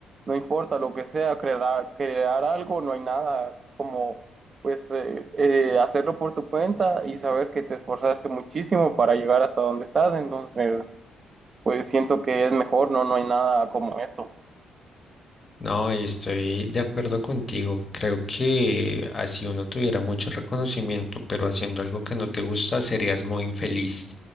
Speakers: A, on the right; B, on the left.
A: no importa lo que sea, crear, crear algo, no hay nada como pues eh, eh, hacerlo por tu cuenta y saber que te esforzaste muchísimo para llegar hasta donde estás, entonces pues siento que es mejor, no, no hay nada como eso.
B: No, y estoy de acuerdo contigo. Creo que así uno tuviera mucho reconocimiento, pero haciendo algo que no te gusta serías muy infeliz.